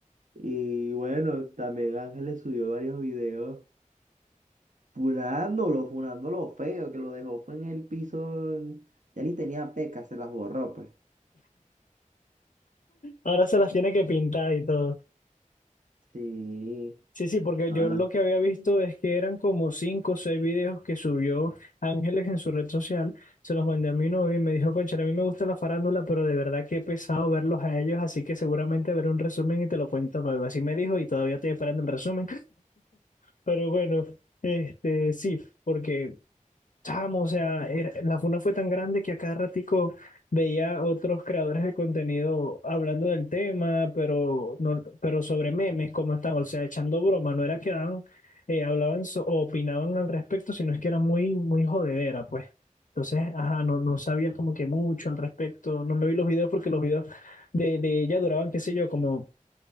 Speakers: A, on the right (about 65°); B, on the left (about 70°).
A: Y bueno, también Ángeles subió varios videos funándolo, funándolo feo, que lo dejó fue en el piso, ya ni tenía pecas, se las borró pues.
B: Ahora se las tiene que pintar y todo.
A: Sí,
B: Sí, sí, porque
A: no,
B: yo
A: no.
B: lo que había visto es que eran como cinco o seis videos que subió Ángeles en su red social. Se los mandé a mi novio y me dijo, concha, a mí me gusta la farándula, pero de verdad que he pesado verlos a ellos, así que seguramente veré un resumen y te lo cuento luego. Así me dijo y todavía estoy esperando el resumen. Pero bueno, este, sí, porque, chamo, o sea, era- la funa fue tan grande que a cada ratico veía otros creadores de contenido hablando del tema, pero, no, pero sobre memes, cómo están, o sea, echando broma, no era que eran, eh, hablaban so- o opinaban al respecto, sino es que era muy, muy jodedera, pues. Entonces, ajá, no, no sabía como que mucho al respecto, no me vi los videos porque los videos de, de ella duraban, qué sé yo, como